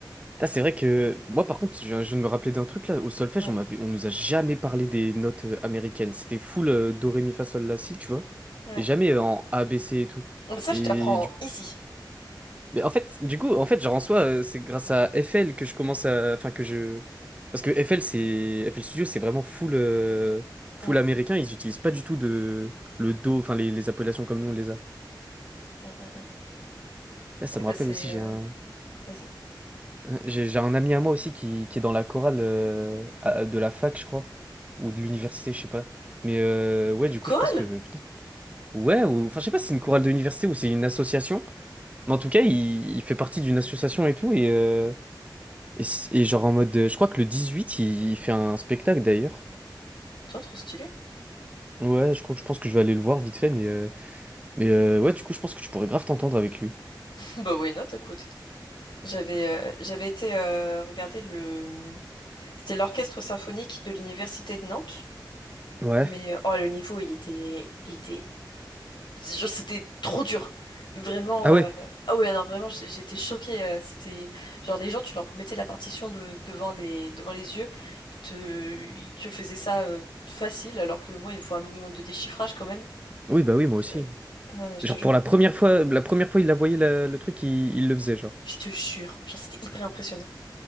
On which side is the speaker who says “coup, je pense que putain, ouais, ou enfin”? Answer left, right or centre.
Right